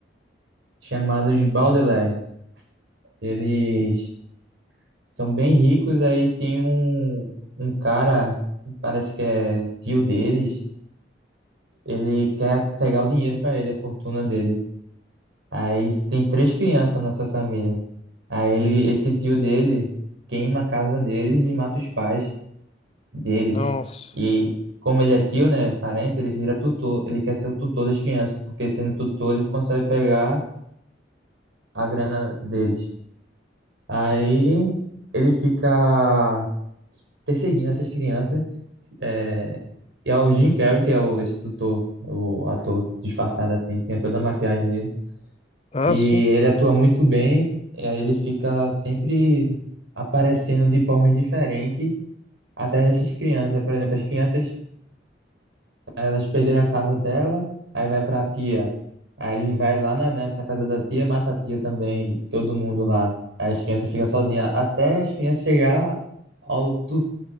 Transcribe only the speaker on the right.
chamada os Baudelaire. Eles são bem ricos, aí tem um, um cara, parece que é tio deles. Ele quer pegar o dinheiro para ele, a fortuna deles. Aí tem três crianças nessa família. Aí ele, esse tio dele queima a casa deles e mata os pais deles.
E como ele é tio, né, parente, ele vira tutor. Ele quer ser o tutor das crianças, porque sendo tutor ele consegue pegar a grana deles. Aí ele fica perseguindo essas crianças. É, e é o Jim Carrey, que é o, esse tutor, o ator disfarçado assim, tem toda a maquiagem nele.
E
ele atua muito bem, e aí ele fica sempre aparecendo de formas diferentes atrás dessas crianças. Por exemplo, as crianças, elas perderam a casa dela, aí vai para a tia. Aí ele vai lá na- nessa casa da tia, mata a tia também, todo mundo lá. Aí as crianças ficam sozinhas, até as crianças chegar ao tu...